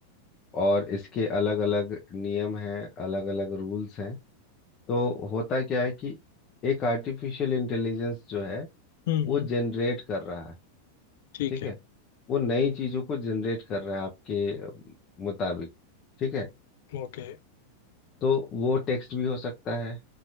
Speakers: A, on the left; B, on the left.
A: और इसके अलग अलग नियम हैं अलग अलग रूल्स हैं तो होता क्या है कि एक आर्टिफिशियल इंटेलिजेंस जो है
B: हम्म
A: वो
B: हम्म,
A: जनरेट कर रहा है
B: ठीक
A: ठीक
B: है
A: है वो नई चीजों को जनरेट कर रहा है आपके अम, मुताबिक ठीक है
B: ओके
A: तो वो टेक्स्ट भी हो सकता है